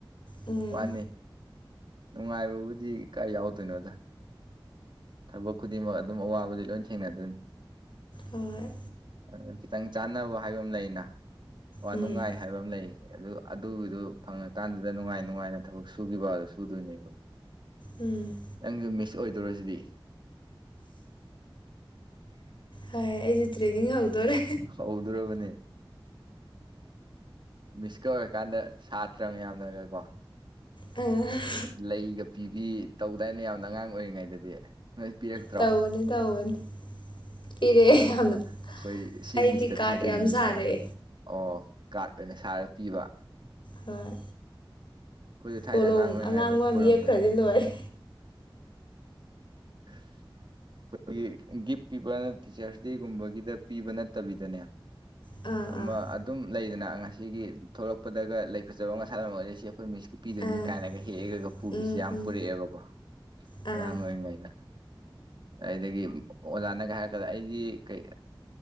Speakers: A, on the left; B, on the right.
A: ꯎꯝ
B: ꯋꯥꯅꯤ ꯅꯨꯡꯉꯥꯏꯕꯕꯨꯗꯤ ꯀꯥꯏ ꯌꯥꯎꯗꯣꯏꯅꯣꯗ ꯊꯕꯛ ꯈꯨꯗꯤꯡꯃꯛ ꯑꯗꯨꯝ ꯑꯋꯥꯕꯗꯤ ꯂꯣꯏ ꯊꯦꯡꯅꯗꯣꯏꯅꯤ
A: ꯍꯣꯏ
B: ꯑꯗꯨ ꯈꯤꯇꯪ ꯆꯥꯟꯅꯕ ꯍꯥꯏꯕ ꯑꯃ ꯂꯩꯅ ꯋꯥ
A: ꯎꯝ
B: ꯅꯨꯡꯉꯥꯏ ꯍꯥꯏꯕ ꯑꯃ ꯂꯩ ꯑꯗꯨ ꯑꯗꯨꯒꯤꯗꯨ ꯐꯪꯉꯀꯥꯟꯗꯨꯗ ꯅꯨꯡꯉꯥꯏ ꯅꯨꯡꯉꯥꯏꯅ ꯊꯕꯛ ꯁꯨꯈꯤꯕꯗꯣ ꯁꯨꯗꯣꯏꯅꯦꯕ
A: ꯎꯝ
B: ꯅꯪꯖꯨ ꯃꯤꯁ ꯑꯣꯏꯗꯧꯔꯁꯤꯗꯤ
A: ꯍꯣꯏ ꯑꯩꯁꯨ ꯇ꯭ꯔꯦꯅꯤꯡ ꯍꯧꯗꯣꯔꯦ
B: ꯍꯧꯗꯣꯔꯕꯅꯦ ꯃꯤꯁꯀꯥ ꯑꯣꯏꯔꯀꯥꯟꯗ ꯁꯥꯇ꯭ꯔ ꯃꯌꯥꯝꯅꯒꯀꯣ
A: ꯑꯥ
B: ꯂꯩꯒ ꯄꯤꯕꯤ ꯇꯧꯗꯥꯏꯅꯦ ꯌꯥꯝꯅ ꯑꯉꯥꯡ ꯑꯣꯏꯔꯤꯉꯩꯗꯗꯤ ꯅꯣꯏ ꯄꯤꯔꯛꯇ꯭ꯔꯣ
A: ꯇꯧꯕꯅꯦ ꯇꯧꯕꯅꯦ ꯄꯤꯔꯛꯑꯦ ꯌꯥꯝꯅ
B: ꯑꯩꯈꯣꯏ ꯁꯤ
A: ꯑꯩꯗꯤ
B: ꯃꯤꯁꯇ
A: ꯀꯥꯔꯠ
B: ꯄꯤꯗꯣꯏꯅꯤ
A: ꯌꯥꯝ ꯁꯥꯔꯛꯑꯦ
B: ꯀꯥꯏꯅ ꯑꯣ ꯀꯥꯔꯠ ꯑꯣꯏꯅ ꯁꯥꯔꯒ ꯄꯤꯕ
A: ꯍꯣꯏ
B: ꯑꯩꯈꯣꯏꯁꯨ ꯊꯥꯏꯅ
A: ꯀꯣꯂꯣꯝ
B: ꯑꯉꯥꯡ ꯑꯣꯏꯔꯤꯉꯩꯗ
A: ꯑꯉꯥꯡꯕ
B: ꯄꯨꯔꯝꯃꯦ
A: ꯑꯃ ꯌꯦꯛꯈ꯭ꯔꯗꯤ ꯂꯣꯏꯔꯦ
B: ꯎꯝ ꯑꯩꯈꯣꯏꯒꯤ ꯒꯤꯐ ꯄꯤꯕꯅ ꯇꯤꯆꯔꯁ ꯗꯦꯒꯨꯝꯕꯒꯤꯗ ꯄꯤꯕ ꯅꯠꯇꯕꯤꯗꯅꯦ
A: ꯑꯥ
B: ꯑꯃ
A: ꯑꯥ
B: ꯑꯗꯨꯝ ꯂꯩꯗꯅ ꯉꯁꯤꯒꯤ ꯊꯣꯛꯂꯛꯄꯗꯒ ꯂꯩ ꯐꯖꯕ ꯃꯁꯥꯟꯅ ꯑꯣꯏꯁꯦ ꯑꯩꯈꯣꯏ ꯃꯤꯁꯀꯄꯤꯗꯣꯏꯅꯤ
A: ꯑꯥ
B: ꯀꯥꯏꯅꯒ ꯍꯦꯛꯑꯒ ꯄꯨꯕꯤꯁꯦ
A: ꯎꯝ
B: ꯌꯥꯝ
A: ꯎꯝ
B: ꯄꯨꯔꯛꯑꯦꯕꯀꯣ
A: ꯑꯥ
B: ꯑꯉꯥꯡ ꯑꯣꯢꯔꯤꯉꯩꯗ ꯑꯗꯨꯗꯒꯤ ꯑꯣꯖꯥꯅꯒ ꯍꯥꯏꯔꯛꯀꯥꯟꯗ ꯑꯩꯗꯤ ꯀꯩ